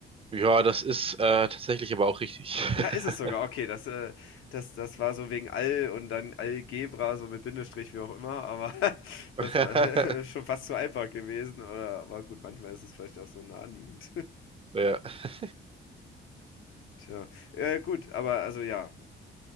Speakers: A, on the right; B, on the left.
A: Ja, das ist äh, tatsächlich aber auch richtig.
B: Ja, ist es sogar.
A: <laughs>
B: Okay, das, äh, das, das war so wegen Al und dann Algebra, so mit Bindestrich, wie auch immer, aber <laughs> das
A: <laughs>
B: war <laughs> schon fast zu einfach gewesen, oder? Aber gut, manchmal ist es vielleicht auch so naheliegend. <laughs>
A: Ja. <laughs>
B: Tja, äh, gut, aber also ja,